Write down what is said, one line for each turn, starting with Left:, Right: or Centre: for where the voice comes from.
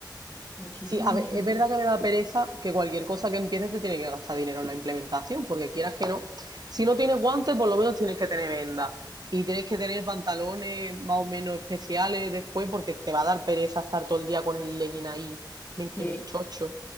Left: Muchísimo,
Right: Sí, a
Left: muchísimo.
Right: ver, es verdad que me da pereza que cualquier cosa que empieces te tiene que gastar dinero en la implementación, porque quieras que no. Si no tienes guantes, por lo menos tienes que tener vendas y tienes que tener pantalones más o menos especiales después, porque te va a dar pereza estar todo el día con el legging ahí metido
Left: Sí.
Right: en el chocho.